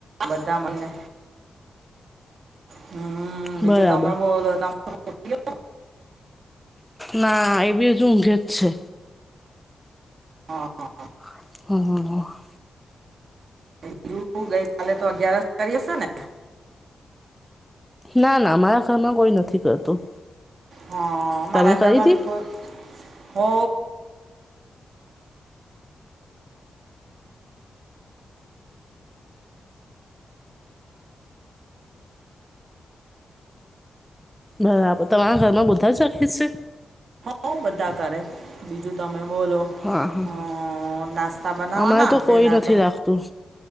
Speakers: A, on the right; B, in the centre.
A: બધા મને હમ બીજું
B: બરાબર
A: તમે બોલો ત <unintelligible>
B: ના એ બીજ ઊંઘે જ છે.
A: હા હા.
B: હ હ હ.
A: બીજું ગઈ કલે તો અગિયાર કરી હશે ને
B: ના ના મારા ઘરમાં કોઈ નથી કરતું
A: હ મારા
B: તમે કરી
A: ઘરમાં
B: હતી
A: બી કોઈ હો
B: બરાબર તમારા ઘરમાં બુધા જ કે છે.
A: બહ બધા કરે બીજું તમે બોલો
B: હા હા
A: હ નાસ્તા બનાવવાના
B: અમારે તો
A: પહેલા
B: કોઈ નથી
A: તો
B: રાખતું